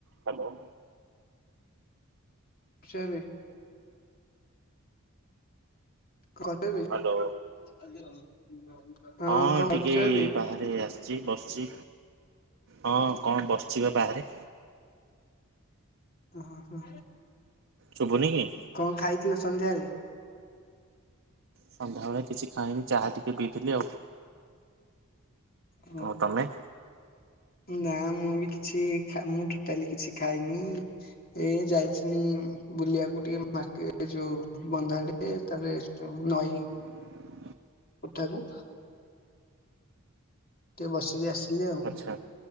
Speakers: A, on the right (about 60°); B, on the left (about 45°).
A: ହ୍ୟାଲୋ।
B: <unintelligible> କଛବ
A: ହ୍ୟାଲୋ
B: ହଁ
A: ହଁ
B: କଣ
A: ଟିକେ
B: କରୁଛ ଏବେ?
A: ବାହାରେ ଆସିଛି ବସିଛି ହଁ କଣ ବସିଛି ବା ବାହାରେ।
B: ଓ ହୋ
A: ଶୁଭୁନି କି?
B: କଣ ଖାଇଥିଲ ସନ୍ଧ୍ୟାବେଳେ?
A: ସନ୍ଧ୍ୟାବେଳେ କିଛି ଖାଇନି ଚାହା ଟିକେ ପିଇଥିଲି ଆଉ
B: ହୁଁ।
A: ଆଉ ତମେ?
B: ନା ମୁଁ ବି କିଛି ମୁଁ ଟୋଟାଲି କିଛି ଖାଇନି। ଏ ଯାଇଚିନି ବୁଲିବାକୁ ଟିକେ ମାର୍କେଟ ଯୋଉ ବନ୍ଧଆଡେ। ଏ ତାପରେ ସେ ଯୋଉ ନଈ
A: ହ <unintelligible>
B: ଉଠାକୁ ଟିକେ ବସିକି ଆସିଲି ଆଉ
A: ଆଚ୍ଛା